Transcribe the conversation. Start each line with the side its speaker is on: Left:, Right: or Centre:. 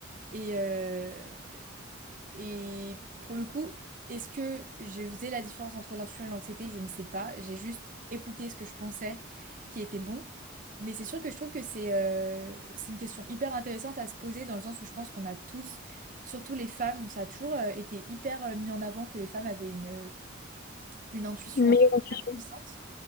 Right: Et, euh, et pour le coup, est-ce que je faisais la différence entre l'intuition et l'anxiété? Je ne sais pas. J'ai juste écouté ce que je pensais qui était bon. Mais c'est sûr que je trouve que c'est euh, c'est une question hyper intéressante à se poser dans le sens où je pense qu'on a tous, surtout les femmes, ça a toujours euh, été hyper euh, mis en avant que les femmes avaient une, une intuition
Left: une meilleure
Right: euh,
Left: intuition.
Right: hyper puissante.